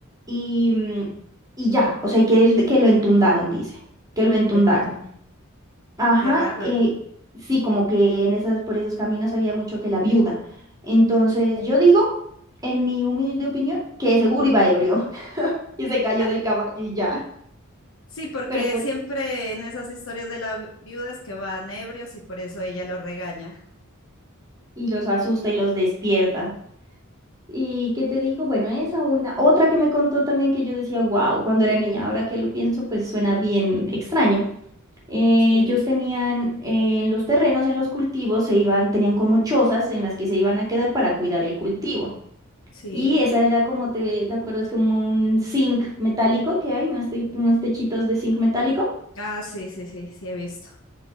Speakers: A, on the right (about 15°); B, on the left (about 65°).
A: y, mm, y ya, o sea, y que, él- que lo entundaron, dice, que lo entundaron.
B: lo entum.
A: Ajá,
B: Qué raro.
A: eh, sí, como que en esas, por esos caminos había mucho que la viuda. Entonces, yo digo, en mi humilde opinión, que seguro iba ebrio <laughs> y se cayó
B: Ah,
A: del caballo y ya.
B: sí, porque
A: Pero pues,
B: siempre en esas historias de la vi- viuda es que van ebrios y por eso ella lo regaña.
A: y los asusta y los despierta. Y qué te digo, bueno, esa una. Otra que me contó también que yo decía, wow, cuando era niña, ahora que lo pienso, pues suena bien extraño. Eh,
B: Sí,
A: ellos tenían eh, en los terrenos, en los cultivos, se iban, tenían como chozas en las que se iban a quedar para cuidar el cultivo.
B: sí.
A: Y esa era como te, ¿te acuerdas? Como un zinc metálico que hay, unos, te- unos techitos de zinc metálico.
B: Ah, sí, sí, sí, sí he visto.